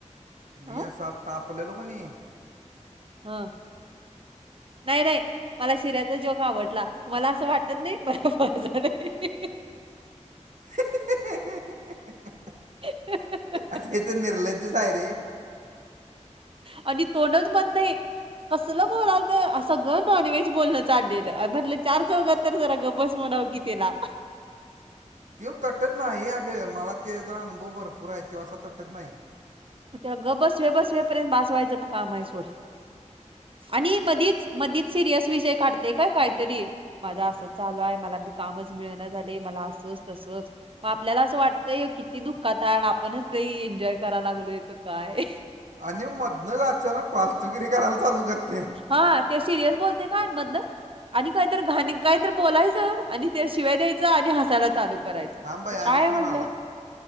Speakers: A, on the right (about 75°); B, on the right (about 45°).
A: मी
B: ह
A: असा तापलेलो की नाही
B: हा नाही नाही. मला शिऱ्याचा जोक आवडला, तुम्हाला असं वाटत नाही मला ही हीही
A: <unintelligible>
B: हाह हाह
A: आज्या तर निरलज च् हाय रे.
B: आणि तोंडच बंद नाही. कसलं बोलाल तर सगळं नॉनव्हेज बोलणं चाललेलं म्हटलं चार चौघात तर जरा गबस म्हणाव कि त्याला?
A: तेव तटत नाही अगं मला तेचा अनुभव भरपूर आहे त्यो असा तटत नाही.
B: तेव्हा ग बस व बसवेपर्यंत बासवायचं काम आहे सोड आणि मधीच मधीच सिरियस विजय काढते का काहीतरी माझा असंच चालू आहे मलाी कामच मिळना झाले मला असंच तसच मग आपल्याला असं वाटतंय किती दुःखात आहे. आपणच लई एन्जॉय कराय लागलोय का काय
A: आणि मधनच अचानक पालतुगिरी करायला चालू करतय.
B: हा ते सिरियस बोलते काय मधनच आणि काहीत घाण काय तर बोलायचं आणि ते शिवाय द्यायचं आणि हासायला चालू करायच
A: थांब बाई आणि
B: काय
A: फोन
B: म्हणलं
A: आला